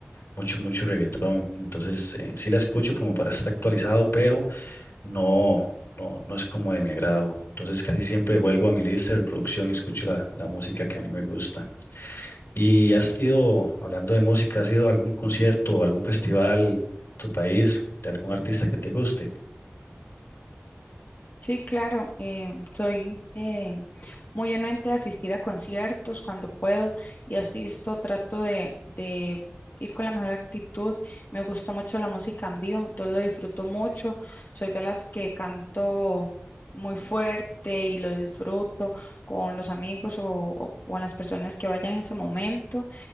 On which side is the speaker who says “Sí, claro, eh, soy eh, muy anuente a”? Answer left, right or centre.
Left